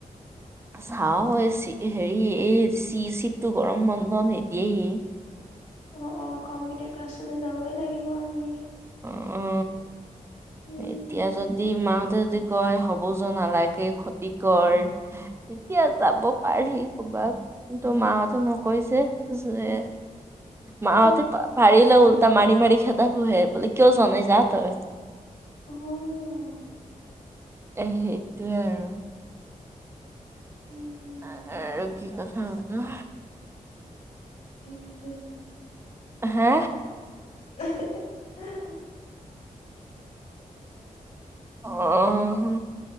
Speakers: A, on the right; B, on the left.
A: চাও এই চি হেৰি এই চি চিটো গৰম বন্ধ নিদিয়েই
B: অ, অ কম্পিউটাৰ ক্লাছতে যাবই লাগিব আমি
A: অ উ
B: উম
A: এতিয়া যদি মাহঁতে যদি কয় হব য নালাগে খতি কৰ এতিয়া যাব পাৰি ক'ৰবাত কিন্তু মাহঁতে নকৈ যে যে
B: অ
A: মাহঁতে পাৰিলে উল্টা মাৰি মাৰি খেদাবহে বুলে কিয় যোৱা নাই যা তই
B: আহ
A: এ সেইটোৱে আৰু
B: উম হম।
A: আহ আৰু কি কথা হত
B: খাত <unintelligible>
A: হা
B: হ
A: আহ অ